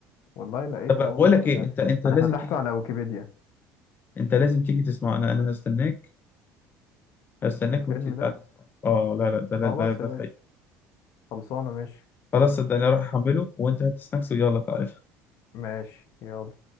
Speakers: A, on the left; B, on the left.
A: والله لقيت
B: طب بقول
A: اهو
B: لك ايه
A: ده
B: انت انت لازم
A: انا فتحته
B: تيجي
A: على ويكيبيديا
B: انت لازم تيجي تسمعه انا انا هستناك هستناك
A: الفيلم
B: وانت تعالى
A: ده
B: تسمعه اه لا لا ده لا
A: خلاص
B: ده ده
A: يا باشا
B: فايدة
A: خلصانه ماشي
B: خلاص صدقني اروح احمله وانت هات سناكس ويلا تعالى
A: ماشي يلا